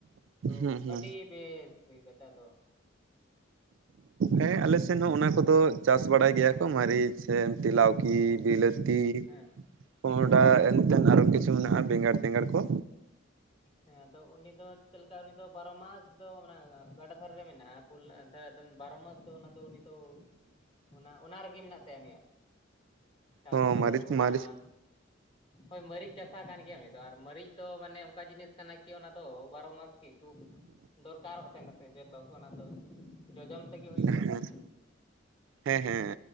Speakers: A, on the left; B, on the right.
A: ᱛᱚ
B: ᱦᱩᱸ ᱦᱩᱸ
A: ᱟᱹᱰᱤ ᱵᱮᱥ ᱦᱩᱭ ᱠᱟᱛᱮᱫ ᱟᱫᱚ
B: ᱦᱮᱸ ᱟᱞᱮ ᱥᱮᱱ ᱦᱚᱸ ᱚᱱᱟ ᱠᱚᱫᱚ ᱪᱟᱥ ᱵᱟᱲᱟᱭ ᱜᱮᱭᱟ ᱠᱚ ᱢᱟᱹᱨᱤᱪ ᱥᱮ ᱛᱮᱞᱟᱣ <unintelligible>
A: ᱦᱮᱸ
B: ᱵᱤᱞᱟᱹᱛᱤ
A: ᱦᱮᱸ
B: ᱠᱚᱸᱦᱚ
A: ᱦᱮᱸ
B: ᱰᱟ
A: ᱟᱫᱚ
B: ᱮᱱᱛᱮᱱ ᱟᱨᱚ ᱠᱤᱪᱷᱩ ᱢᱮᱱᱟᱜᱼᱟ ᱵᱮᱸᱜᱟᱲ ᱛᱮᱸᱜᱟᱲ ᱠᱚ
A: ᱦᱮᱸ ᱟᱫᱚ ᱩᱱᱤ ᱫᱚ ᱪᱮᱫ ᱞᱮᱠᱟ ᱩᱱᱤ ᱫᱚ ᱵᱟᱨᱚ ᱢᱟᱥ ᱫᱚ ᱢᱟᱱᱮ ᱜᱟᱰᱟ ᱛᱷᱟᱨᱮ ᱨᱮ ᱢᱮᱱᱟᱜᱼᱟ ᱩᱞ <unintelligible> ᱵᱟᱨᱚ ᱢᱟᱥ ᱫᱚ ᱚᱱᱟ ᱫᱚ ᱩᱱᱤ ᱫᱚ ᱚᱱᱟ ᱚᱱᱟ ᱨᱮᱜᱮ ᱢᱮᱱᱟᱜ ᱛᱟᱭᱟ ᱩᱱᱤᱭᱟᱜ ᱪᱟᱥ
B: ᱦᱚᱸ
A: ᱫᱚ ᱟᱫᱚ
B: ᱢᱟᱹᱨᱤᱪ
A: ᱚᱱᱟ
B: ᱢᱟᱹᱨᱤᱪ
A: ᱦᱳᱭ ᱢᱟᱹᱨᱤᱪ ᱪᱟᱥᱟᱜ ᱠᱟᱱ ᱜᱮᱭᱟ ᱩᱱᱤ ᱫᱚ ᱟᱨ ᱢᱟᱹᱨᱤᱪ ᱫᱚ ᱢᱟᱱᱮ ᱚᱱᱠᱟ ᱡᱤᱱᱤᱥ ᱠᱟᱱᱟ ᱠᱤ ᱚᱱᱟ ᱫᱚ ᱵᱟᱨᱚ ᱢᱟᱥ ᱪᱮᱫ ᱠᱚ ᱫᱚᱨ ᱠᱟ ᱨᱚᱜ ᱛᱟᱦᱮᱸ ᱱᱟ ᱥᱮ ᱡᱚᱛᱚ ᱚᱱᱟ ᱫᱚ ᱡᱚ ᱡᱚᱢ ᱛᱮ ᱜᱮ ᱦᱳᱭᱳᱜ
B: ᱦᱮᱸ
A: ᱛᱟᱵᱚ ᱱᱟ
B: ᱦᱮᱸ ᱦᱮᱸ